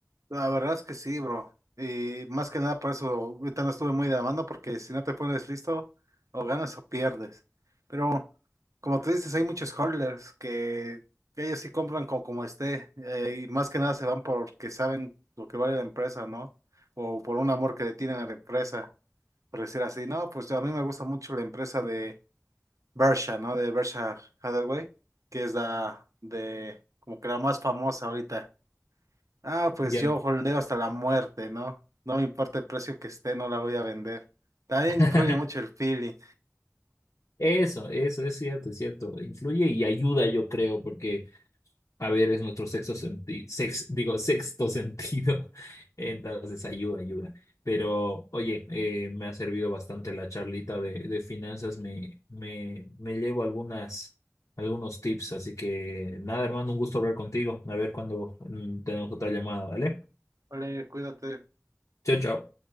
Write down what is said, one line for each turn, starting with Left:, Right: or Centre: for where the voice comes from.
Right: la verdad es que sí, bro. Y más que nada por eso ahorita no estuve muy de la mano, porque si no te pones listo, o ganas o pierdes. Pero, como tú dices, hay muchos holders que, que ellos sí compran co- como, esté, eh, y más que nada se van porque saben lo que vale la empresa, ¿no? O por un amor que le tienen a la empresa, por decir así. No, pues a mí me gusta mucho la empresa de Berkshire, ¿no? De Berkshire Hathaway, que es la de, como que la más famosa ahorita. Ah, pues
Left: Ya.
Right: yo holdeo hasta la muerte, ¿no? No me importa el precio que esté, no la voy a vender. También
Left: <laughs>
Right: influye mucho el feeling.
Left: Eso, eso es cierto, es cierto. Influye y ayuda, yo creo, porque A ver, es nuestro sexto sentido, digo, sexto sentido. <laughs> Entonces, ayuda, ayuda. Pero, oye, eh, me ha servido bastante la charlita de, de finanzas. Me, me, me llevo algunas, algunos tips. Así que, nada, hermano, un gusto hablar contigo. A ver cuando mm, tenemos otra llamada, ¿vale?
Right: Vale, cuídate.
Left: Chao, chao.